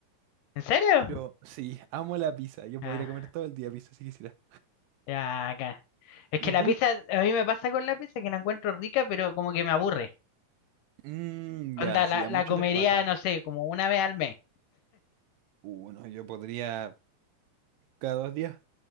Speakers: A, on the left; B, on the right.
A: ¿En serio?
B: Yo, sí, amo la pizza. Yo
A: Ah,
B: podría comer todo el día pizza si quisiera.
A: ya, acá. Es
B: ¿Y
A: que la
B: tú?
A: pizza, a mí me pasa con la pizza que la encuentro rica, pero como que me aburre.
B: Mm, ya,
A: Onda,
B: sí,
A: la,
B: a
A: la
B: muchos
A: comería,
B: les pasa.
A: no sé, como una vez al mes.
B: Uno, yo podría cada dos días.